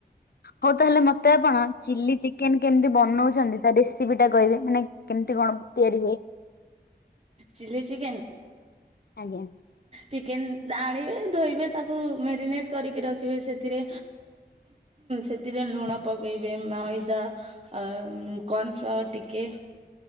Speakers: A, on the left; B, on the right.
A: ହଉ ତାହେଲେ ମତେ ଆପଣ ଚିଲି ଚିକେନ କେମିତି ବନଉଛନ୍ତି ତା ରେସିପି ଟା କହିବେ? ମାନେ କେମିତି କଣ ତିଆରି ହୁଏ।
B: ଚିଲ୍ଲି ଚିକେନ୍
A: ଆଜ୍ଞା।
B: ଚିକେନ୍ ଆଣିବେ ଧୋଇବେ ତାକୁ ମ୍ୟାରିନେଟ୍ କରିକି ରଖିବେ ସେଥିରେ ସେଥିରେ ଲୁଣ ପକେଇବେ ମଇଦା କର୍ଣ୍ଣ ଫ୍ଲାୱାର ଟିକେ